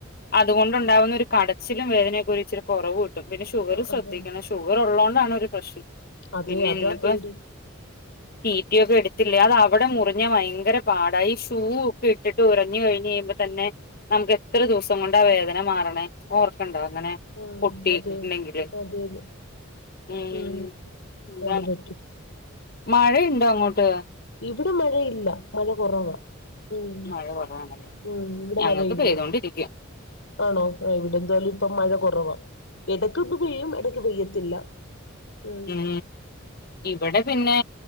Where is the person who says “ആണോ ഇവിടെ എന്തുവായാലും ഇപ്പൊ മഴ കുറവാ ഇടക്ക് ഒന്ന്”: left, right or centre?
Left